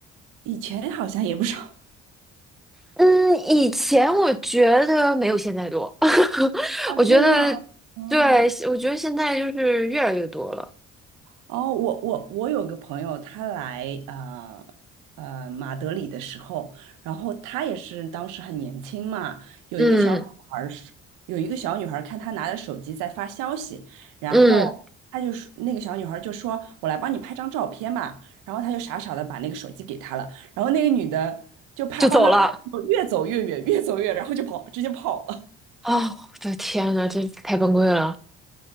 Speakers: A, on the right; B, in the centre.
A: 以前好像也不少。
B: 嗯，以前我觉得没有现在多，<laughs>
A: 哦，
B: 我觉得
A: 真的吗嗯，
B: 对，我觉得现在就是越来越多了。
A: 哦，我我我有个朋友，他来呃呃马德里的时候，然后他也是当时很年轻嘛，有一个小女孩儿是，
B: 嗯
A: 有一个小女孩儿看他拿着手机在发消息，然后他就说那个小女孩儿就说：
B: 嗯，
A: “我来帮你拍张照片吧，然后他就傻傻的把那个手机给她了，然后那个女的就拍帮他拍的时候，
B: 就走了。
A: 越走越远，越走越远，然后就跑，直接跑了。
B: 啊！我的天呐，这太崩溃了。